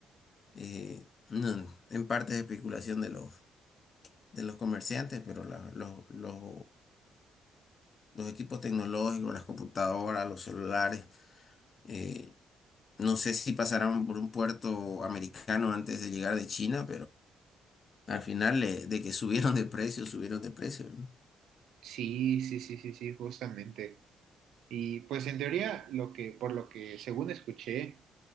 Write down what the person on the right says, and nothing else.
Sí, sí, sí, sí, sí, justamente. Y pues en teoría, lo que, por lo que según escuché,